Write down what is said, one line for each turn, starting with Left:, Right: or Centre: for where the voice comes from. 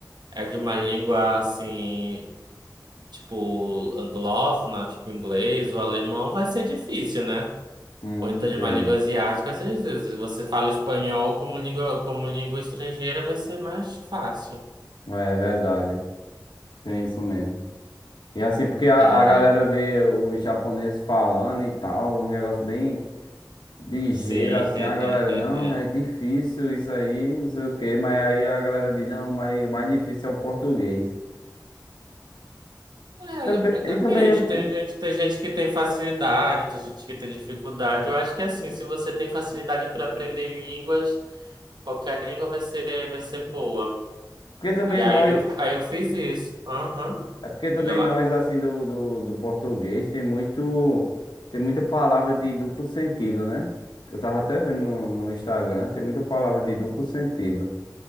Right: é de uma língua assim, tipo, anglófona, tipo inglês ou alemão, vai ser difícil, né?
Left: Hum,
Right: Ou então
Left: entendi.
Right: de uma língua asiática, às vezes se você fala espanhol como língua, como língua estrangeira, vai ser mais fácil.
Left: É verdade. Tem isso mesmo. E assim, porque a,
Right: É,
Left: a galera vê os japoneses falando e tal, um negócio bem ligeiro,
Right: sim.
Left: assim,
Right: <laughs>
Left: a galera, não, é difícil isso aí, não sei o quê, mas aí a galera diz, não, mas o mais difícil é o português.
Right: É,
Left: Também-
Right: depende.
Left: e também, o-
Right: Tem
Left: o-
Right: gente, tem gente que tem facilidade, tem gente que tem dificuldade. Eu acho que é assim, se você tem facilidade para aprender línguas, qualquer língua vai ser, vai ser boa.
Left: porque também
Right: E aí
Left: nós,
Right: eu, aí eu fiz isso. Aham.
Left: é porque também
Right: Diga lá.
Left: nós, assim, do, do, do português, tem muito, tem muita palavra de duplo sentido, né? Eu tava até vendo no, no Instagram, tem muita palavra de duplo sentido.